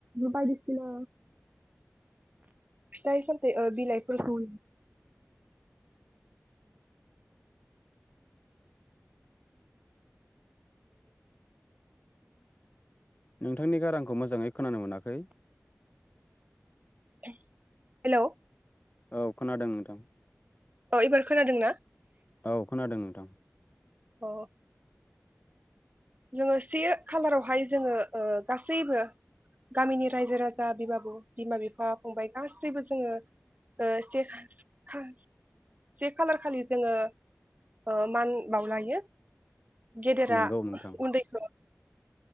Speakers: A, on the right; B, on the left.
A: बायदिसिना फिथाइ सामथाइ ओ बिलाइफोरखौ
B: नोंथांनि गारांखौ मोजाङै खोनानो मोनाखै
A: <inaudible> हेल'
B: औ खोनादों नोंथां
A: अ एबार खोनादों ना?
B: औ खोनादों। दां
A: अ जोङो से खालारावहाय जोङो ओ गासैबो गामिनि रायजो राजा बिमा बिफा फंबाय गासैबो जोङो ओ से खा खा से खालार खालि जोङो ओ मान बावलायो गेदेरा
B: नोंगौ नोंथां
A: उन्दैखौ